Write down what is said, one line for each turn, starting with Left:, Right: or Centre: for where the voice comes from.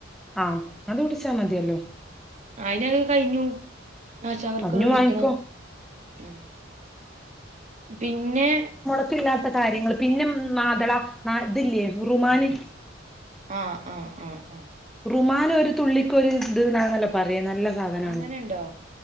Centre: ആഹ് അത് കുടിച്ചാ മതിയല്ലോ
Right: ആയിനത് കഴിഞ്ഞു ആശ വർക്കര്
Centre: അഞ്ഞു
Right: വിളിക്കണം
Centre: വാങ്ങിക്കോ
Right: ആഹ് പിന്നെ
Centre: ഇതില്ലാത്ത കാര്യങ്ങള് പിന്നെ മാതള നാ ഇതില്ലേ ഉറുമാന്
Right: ആഹ് ആഹ് ആഹ് ആഹ്.
Centre: റുമാനനൊരു തുള്ളിക്കൊരു ഇത് ന്നാണല്ലോ പറയാ നല്ല സാധനാണ്.
Right: അങ്ങനെണ്ടോ